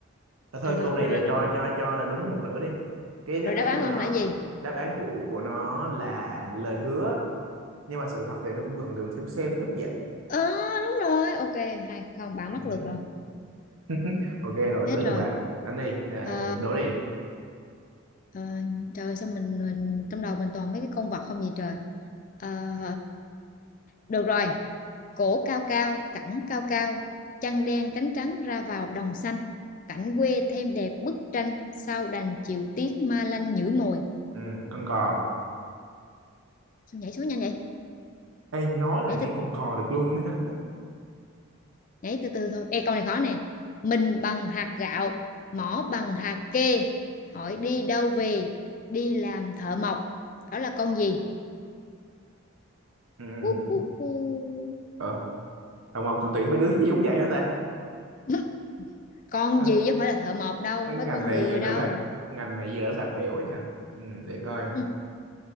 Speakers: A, on the right (about 75°); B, on the left (about 35°).
A: à, thôi
B: ờ, rồi,
A: câu này là
B: rồi, rồi
A: cho cho cho là đúng một nửa đi cái đáp
B: rồi
A: án
B: đáp án
A: của
B: của ông
A: nó
B: là cái gì
A: đáp án của của nó là lời hứa nhưng mà sự thật thì nó cũng gần gần xem xem giống
B: ờ đúng rồi ok hay không bạn
A: vậy
B: mắc lượt rồi
A: <laughs> ok rồi
B: hết
A: tới
B: rồi
A: lượt bà đánh đi uh,
B: Ờ,
A: đố đi
B: ờ, trời sao mình, mình mình trong đầu mình toàn mấy cái con vật không gì trời Ờ, được rồi cổ cao cao cẳng cao cao chân đen cánh trắng ra vào đồng xanh cảnh quê thêm đẹp bức tranh sao đành chịu tiếc ma lanh nhử mồi
A: ừ, con cò
B: sao nhảy số nhanh vậy
A: Ê, nói là
B: nhảy
A: nghe
B: từ
A: con cò được luôn á
B: nhảy từ từ thôi ê câu này khó nè mình bằng hạt gạo mỏ bằng hạt kê hỏi đi đâu về đi làm thợ mộc đó là con gì
A: <laughs> ừ.
B: Hú, hú, hú.
A: ờ, Hồng Ngọc có tuyển mấy đứa <laughs> giống vậy hết ta
B: <laughs> con
A: Ờ,
B: gì chứ không phải là thợ mộc đâu
A: cái
B: không
A: ngành
B: phải con
A: này
B: người
A: giờ nó
B: đâu
A: bạc ngành này giờ nó bạc bẽo ấy nha ừ, để coi
B: Ừ,